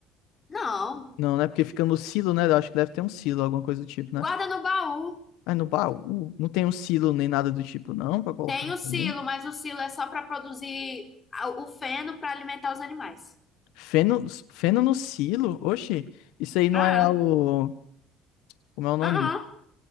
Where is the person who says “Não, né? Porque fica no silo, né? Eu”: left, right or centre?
Left